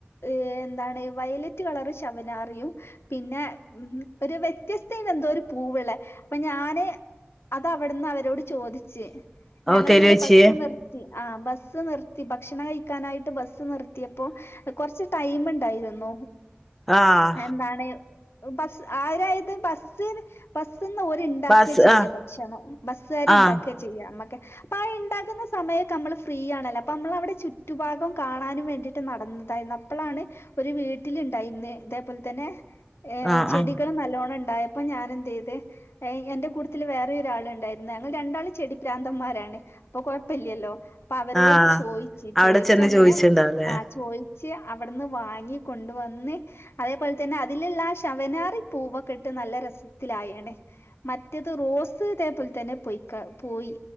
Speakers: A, on the left; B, in the centre.
A: ഏഹ് ന്താണ് വയലറ്റ് കളർ ശവനാറിയും പിന്നെ ഉം ഒരു വ്യത്യസ്തേനന്തോരു പൂവ്ള്ളേ അപ്പ ഞാന് അതവിട്ന്ന് അവരോട് ചോദിച്ച് ഞങ്ങളിങ്ങനെ
B: ഓ തരുവച്ചി
A: ബസ്സ് നിർ ത്തി, ആഹ് ബസ്സ് നിർത്തി, ഭക്ഷണം കഴിക്കാനായിട്ട് ബസ്സ് നിർത്തിയപ്പോ കൊർച്ച് ടൈമ് ണ്ടായിരുന്നു
B: ആഹ്
A: എന്താണ് ബസ് ആരായത് ബസ്സ് ബസ്ന്ന് ഓര് ഇണ്ടാക്ക
B: ബസ്
A: ചെയ്യാ
B: ആഹ്
A: ഭക്ഷണം ബസ്സാര്
B: ആഹ്
A: ണ്ടാക്ക ചെയ്യാ മ്മക്കെ അപ്പാ ആ ഇണ്ടാകുന്ന സമയൊക്കെ അമ്മള് ഫ്രീ ആണല്ലോ അപ്പ അമ്മളവടെ ചുറ്റു ഭാഗം കാണാനും വേണ്ടിട്ട് നടന്നതായിന്ന് അപ്പളാണ് ഒരു വീട്ടില് ണ്ടായിന്ന് ഇതേപോൽ തന്നെ
B: ആഹ്
A: ചെടികളും
B: ആഹ്
A: നല്ലോണം ണ്ടായ പ്പൊ ഞാനെന്തെയ്ത് എന്റെ കൂട്ടത്തിൽ വേറെ ഒരാൾ ഉണ്ടായിര്ന്നു, ഞങ്ങൾ രണ്ടാള് ചെടി പ്രാന്തന്മാരാണ് അപ്പൊ കൊഴപ്പില്ലല്ലോ, അപ്പവരോട്
B: ആഹ്
A: ചോയിച്ച്,
B: അവിടെ
A: ചോയിച്ചങ്ങനെ
B: ചെന്ന് ചോദിച്ചിണ്ടാവല്ലേ
A: ആഹ് ചോയി ച്ച് അവിടന്ന് വാങ്ങി കൊണ്ട് വന്ന് അതേപോൽ തന്നെ അതില്ള്ള ആ ശവനാറി പൂവൊക്കെ ഇട്ട് നല്ല രസത്തിലായിണ് മറ്റേത് റോസ് ഇതേപോൽ തന്നെ പോയ്ക്ക പോയി